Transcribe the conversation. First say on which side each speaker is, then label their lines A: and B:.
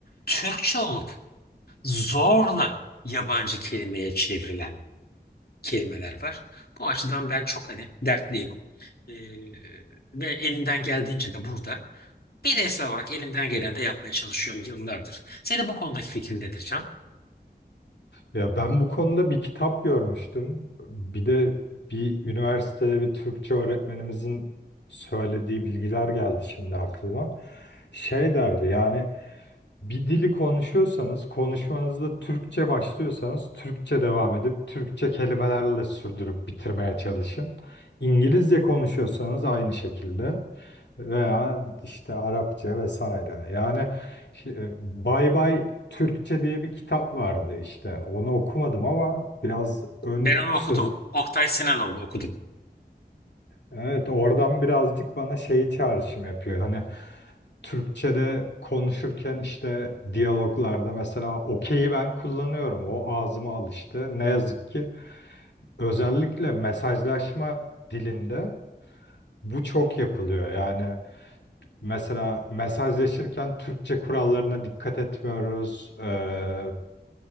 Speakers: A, on the left (about 60°); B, on the left (about 80°).
A: Türkçe olup zorla yabancı kelimeye çevrilen kelimeler var. Bu açıdan ben çok hani dertliyim. Ee, ve elimden geldiğince de burada Bireysel olarak elimden geleni de yapmaya çalışıyorum yıllardır. Senin bu konudaki fikrin nedir Can?
B: Ya ben bu konuda bir kitap görmüştüm. Bir de bir üniversitede bir Türkçe öğretmenimizin söylediği bilgiler geldi şimdi aklıma. Şey derdi yani Bir dili konuşuyorsanız, konuşmanızda Türkçe başlıyorsanız Türkçe devam edip Türkçe kelimelerle sürdürüp bitirmeye çalışın. İngilizce konuşuyorsanız aynı şekilde veya işte Arapça vesaire. Yani şi- bye Bay Türkçe diye bir kitap vardı işte. Onu okumadım ama biraz ön
A: Ben onu
B: söz
A: okudum. Oktay Sinanoğlu okudum.
B: Evet, oradan birazcık bana şey çağrışım yapıyor. Hani Türkçe'de konuşurken işte diyaloglarda mesela okey'i ben kullanıyorum. O ağzıma alıştı. Ne yazık ki özellikle mesajlaşma dilinde bu çok yapılıyor. Yani mesela mesajlaşırken Türkçe kurallarına dikkat etmiyoruz. Ee,